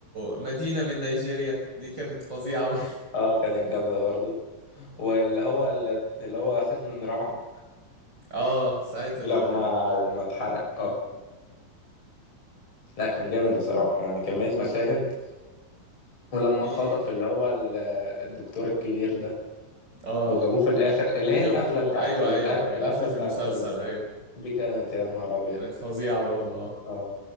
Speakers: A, on the right; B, on the left.
A: مدينة من نيجيريا دي كانت فظيعة برضه
B: <laughs> اه كانت جامده برضه واللي هو اللي هو سكن النراع
A: اه ساعة ال
B: لما لما اتحرق اه لا كان جامد بصراحة يعني كمية مشاهد ولما
A: في
B: اتخطف اللي هو ال- الدكتور الكبير ده
A: اه
B: وجابوه في الآخر اللي
A: جابوه
B: هي القفلة بتاعت
A: ايوه
B: ال-
A: ايوه
B: آه، القفلة
A: قفلة
B: بتاعت
A: المسلسل
B: ال...
A: ايوه
B: دي كانت يا نهار أبيض
A: كانت فظيعة برضه اه
B: اه